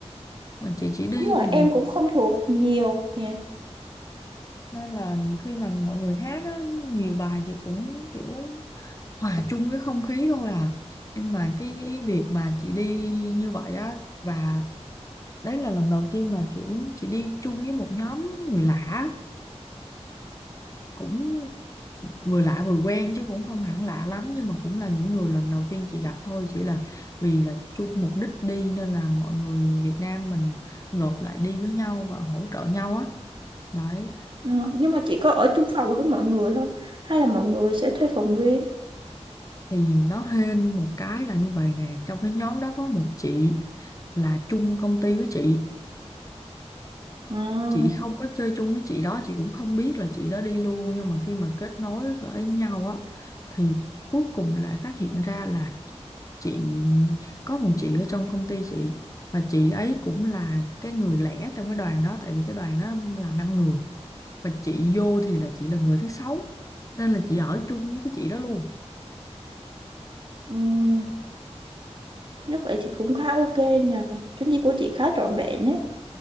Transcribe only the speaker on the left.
mà chị chỉ đi
thì
nên là khi mà mọi người hát á, nhiều bài chị cũng kiểu hòa chung cái không khí thôi à nhưng mà cái việc mà chị đi như vậy á và đấy là lần đầu tiên mà kiểu chị đi chung với một nhóm người lạ cũng vừa lạ vừa quen chứ cũng không hẳn lạ lắm nhưng mà cũng là những người lần đầu tiên chị gặp thôi chỉ là vì là chung mục đích đi nên là mọi người Việt Nam mình gộp lại đi với nhau và hỗ trợ nhau á đấy
thì nó hên một cái là như vậy nè trong cái nhóm đó có một chị là chung công ty với chị
chị không có chơi chung với chị đó chị cũng không biết là chị đó đi luôn nhưng mà khi mà kết nối với nhau á thì cuối cùng lại phát hiện ra là chị có một chị ở trong công ty chị và chị ấy cũng là cái người lẻ trong cái đoàn đó tại vì cái đoàn đó là năm người và chị vô thì là chị là người thứ sáu nên là chị ở chung với cái chị đó luôn